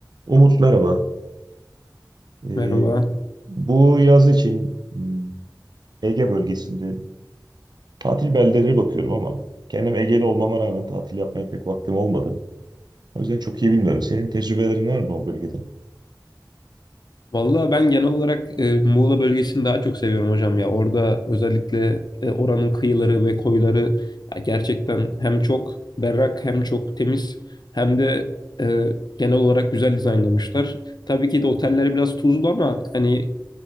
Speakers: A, on the right; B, on the left.
A: Umut merhaba. Ee,
B: Merhaba.
A: bu yaz için m, Ege bölgesinde tatil beldeleri bakıyorum ama kendim Ege'li olmama rağmen tatil yapmaya pek vaktim olmadı. O yüzden çok iyi bilmiyorum. Senin tecrübelerin var mı o bölgede?
B: Vallahi ben genel olarak e, Muğla bölgesini daha çok seviyorum hocam ya. Orada özellikle e, oranın kıyıları ve koyları ya gerçekten hem çok berrak hem çok temiz hem de e, genel olarak güzel dizaynlamışlar. Tabii ki de oteller biraz tuzlu ama hani